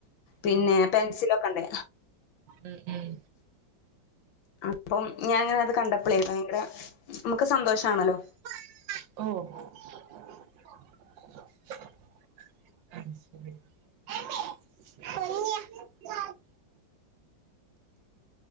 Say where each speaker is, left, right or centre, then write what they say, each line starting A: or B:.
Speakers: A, on the left; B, on the right.
A: പിന്നെ
B: ഉം
A: പെൻസിലൊക്കെ ഉണ്ട്
B: ഉം ഉം
A: അപ്പം ഞാൻ അങ്ങനെ അത് കണ്ടപ്പോളേല്ല ഭയങ്കര നമുക്ക് സന്തോഷാണല്ലോ
B: ഓ സിക്‌സിവ്വ്വ് ഫ്ഗ്ഗ് ഫ്‌ഡ്സ് <unintelligible>
A: അ